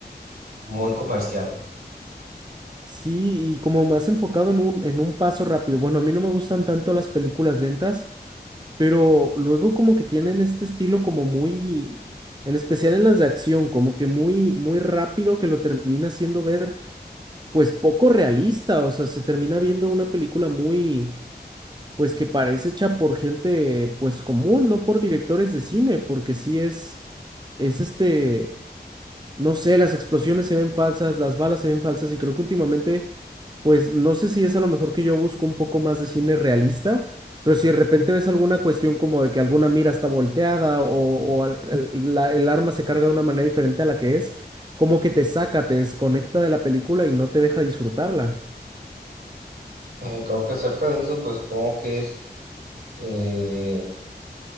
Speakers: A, on the right; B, on the right.
A: muy comercial.
B: Sí, y como más enfocado en un, en un paso rápido. Bueno, a mí no me gustan tanto las películas lentas, pero luego como que tienen este estilo como muy, en especial en las de acción, como que muy, muy rápido que lo termina haciendo ver pues poco realista, o sea, se termina viendo una película muy, pues que parece hecha por gente, pues común, no por directores de cine, porque sí es, es este, no sé, las explosiones se ven falsas, las balas se ven falsas y creo que últimamente, pues no sé si es a lo mejor que yo busco un poco más de cine realista, pero si de repente ves alguna cuestión como de que alguna mira está volteada o, o al- el, la- el arma se carga de una manera diferente a la que es, como que te saca, te desconecta de la película y no te deja disfrutarla.
A: Eh, creo que acerca de eso, pues supongo que es eh,